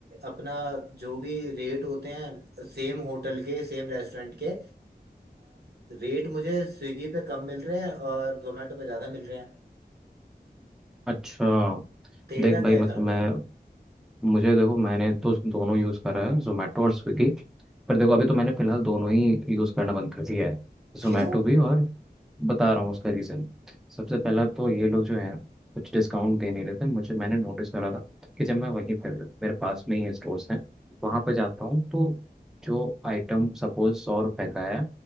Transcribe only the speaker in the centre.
अच्छा
देख भाई
मतलब
मैं
मुझे देखो मैंने तो दोनों यूज़ करा है जोमेटो और स्विगी पर देखो अभी तो मैंने फिलहाल दोनों ही यूज़ करना बंद कर दिया है जोमेटो
भी और बता रहा हूँ उसका रीज़न सबसे पहला तो ये लोग जो हैं कुछ डिस्काउंट दे नहीं रहे थे मुझे मैंने नोटिस करा था कि जब मैं वहीं पर मेरे पास में ही स्टोर्स हैं वहाँ पर जाता हूँ तो जो आइटम सपोज सौ रुपये का है